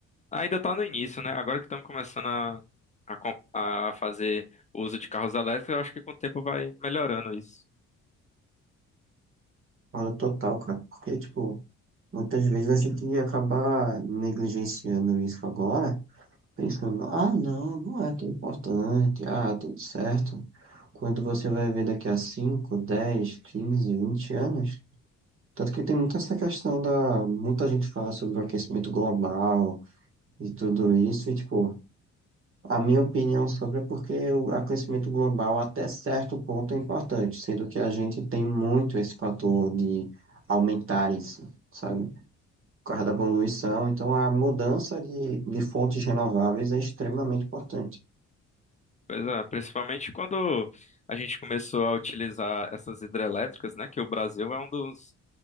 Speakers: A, on the left; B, on the right.
A: ainda está no início, né? Agora que estamos começando a, a, com- a fazer uso de carros elétricos, eu acho que com o tempo vai melhorando isso.
B: Concordo total, cara. Porque, tipo, muitas vezes a gente acaba negligenciando isso agora, pensando, ah, não, não é tão importante, ah, tá tudo certo. Quando você vai ver daqui a 5 10 15 20 anos, tanto que tem muita essa questão da, muita gente fala sobre o aquecimento global e tudo isso, e, tipo, a minha opinião sobre é porque o aquecimento global até certo ponto é importante, sendo que a gente tem muito esse fator de aumentar isso, sabe? Por causa da poluição, então a mudança de, de fontes renováveis é extremamente importante.
A: Pois é, principalmente quando a gente começou a utilizar essas hidrelétricas, né? Que o Brasil é um dos,